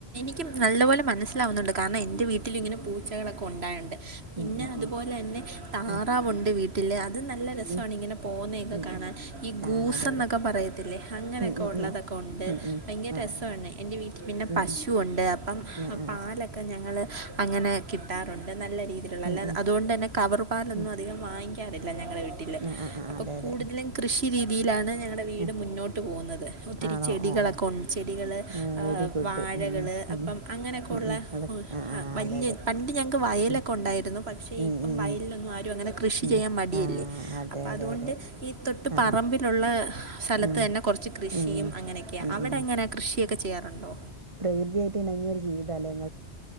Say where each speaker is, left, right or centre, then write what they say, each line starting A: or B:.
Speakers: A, on the right; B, on the right.
A: ഇക്കും നല്ല പോലെ മനസ്സിലാവുന്നുണ്ട് കാരണം എന്റെറെ വീട്ടിൽ വീട്ടിലിങ്ങനെ പൂച്ചകളൊക്കെ ഉണ്ടായുണ്ട്
B: ഉം
A: പിന്നെ
B: ഉം
A: അതുപോലെ
B: ഉം
A: തന്നെ താറാവുണ്ട്
B: ഉം
A: വീട്ട അത് നല്ല രസാണ്
B: ഉം ഉം
A: ഇങ്ങനെ പോകുന്നതൊക്കെ
B: ഉം
A: കാണാൻ
B: ഉം
A: ഈ ഗൂസ്
B: ആഹ് അതെ
A: എന്നൊക്കെ
B: അതെ
A: പറയത്തില്ലേ അങ്ങനെയൊക്കെ
B: ഉം ഉം
A: ഉള്ളതൊക്കെ
B: ഉം
A: ഉണ്ട്
B: ഉം ഉം
A: ഭയങ്കര
B: ആഹ്
A: രസമാണ്
B: അതെ അതെ
A: എൻ്റെ വീട്ടിൽ പിന്നെ
B: ഉം
A: പശുവുണ്ട്
B: ഉം
A: അപ്പം
B: ആഹ് ആഹ്
A: പാലൊക്കെ ക്കെ ഞങ്ങൾ അങ്ങനെ കിട്ടാറുണ്ട് നല്ല രീതിയിലുള്ള
B: ഉം
A: അല്ല
B: ഉം
A: അതുകൊണ്ട് തന്നെ കവറ് പാലൊന്നും
B: ഉം
A: അധികം വാങ്ങിക്കാറില്ല ഞങ്ങളുടെ വീട്ടിൽ
B: ആഹ് ആഹ് ആഹ്
A: അപ്പോൾ
B: അതെ
A: കൂടുതലും
B: അതെ
A: കൃഷി രീതിയിലാണ് ഞങ്ങളുടെ വീട്
B: ആഹ്
A: മുന്നോട്ട് പോകുന്നത് ഒത്തിരി
B: ആണോ
A: ചെടികളൊക്കെ
B: ഓഹ്
A: ഉണ്ട് ചെടികൾ
B: ആഹ് വെരി ഗുഡ്
A: വാഴകള്
B: ഉം ഉം
A: അപ്പം അങ്ങനെയൊക്കെയ
B: ഉം
A: ഉള്ള
B: ഉം അതൊക്കെ ആഹ് ആഹ്
A: വലിയ
B: അതെ അതെ
A: പണ്ട് ഞങ്ങൾക്ക് വയലൊക്കെ
B: ഉം
A: ഉണ്ടായിരുന്നു പക്ഷേ
B: ഉം
A: ഇപ്പം
B: ഉം
A: വയലിലൊന്നും
B: ഉം
A: ആരും അങ്ങനെ കൃഷി
B: ഉം
A: ചെയ്യാൻ മടിയല്ലേ
B: ആഹ് അതെ
A: അപ്പ
B: അതെ
A: അതുകൊണ്ട്
B: അതെ
A: ഈ തൊട്ടു പറമ്പില്
B: ആഹ്
A: ള്ള സ്ഥലത്ത്
B: ഉം
A: തന്നെ കുറച്ച് കൃഷിയും
B: ഉം ഉം
A: അങ്ങനെയൊക്കെയ
B: ഉം
A: അവിടെ
B: ഉം
A: എങ്ങനെ കൃഷിയൊക്കെ ചെയ്യാറുണ്ടോ?
B: പ്രകൃതിയായിട്ട് ഇണങ്ങിയ ഒരു ജീവിതാലെ